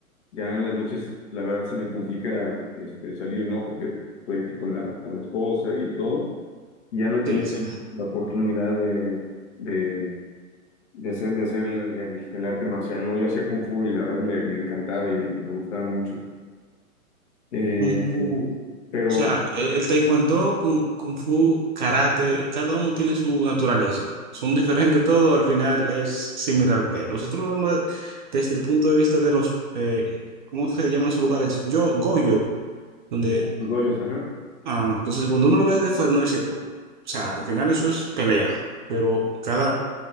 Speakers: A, on the left; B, on the right.
A: ya en las noches la verdad se me complica este, salir, ¿no? Porque estoy aquí con la, con la esposa y todo. y Ya no he tenido
B: Sí, sí.
A: la oportunidad de, de, de hacer, de hacer el, el- el arte marcial, ¿no? Yo hacía Kung Fu y la verdad me, me encantaba y me gustaba mucho. Eh,
B: un pu-
A: pero
B: O sea, eh, el taekwondo, kung, kung fu, karate, cada uno tiene su naturaleza. Son diferentes todo, al final es similar. porque nosotros lo vemos desde el punto de vista de los, eh, ¿cómo se llaman esos lugares? Yo, Goyo, donde,
A: los dojos, ajá.
B: ah, entonces cuando uno lo ve de fuera, uno dice, "Oh, o sea, al final eso es pelea, pero cada,